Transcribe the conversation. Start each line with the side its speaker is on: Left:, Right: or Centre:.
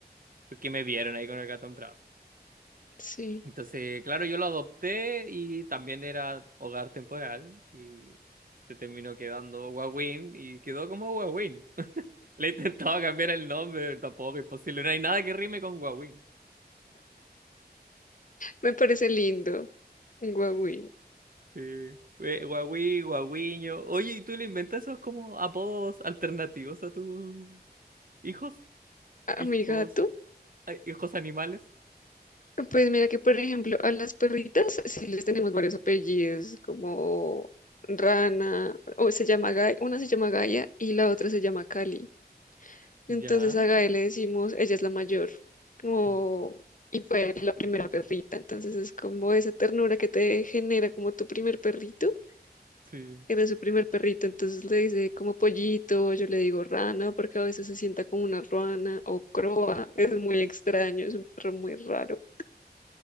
Right: Porque me vieron ahí con el gato en brazos.
Left: Sí.
Right: Entonces, claro, yo lo adopté y también era hogar temporal y se terminó quedando Wawin y quedó como Wawin. <laughs> Le intentaba cambiar el nombre, tampoco es posible, no hay nada que rime con Wawin.
Left: Me parece lindo. Un guagüín.
Right: Sí. Eh, Wawi, Wawiño. Oye, ¿y tú le inventas esos como apodos alternativos a tus hijos?
Left: A
Right: Hijos
Left: mi gato.
Right: Ay, Ojos animales.
Left: Pues mira que, por ejemplo, a las perritas sí les tenemos varios apellidos, como Rana, o se llama Gaia, una se llama Gaia y la otra se llama Cali. Entonces
Right: Ya.
Left: a Gael le decimos, ella es la mayor, como,
Right: Ah,
Left: y fue la primera perrita. Entonces es como esa ternura que te genera como tu primer perrito.
Right: Sí.
Left: Era su primer perrito, entonces le dice como pollito, yo le digo rana, porque a veces se sienta como una ruana o croa. Es muy extraño, es un perro muy raro.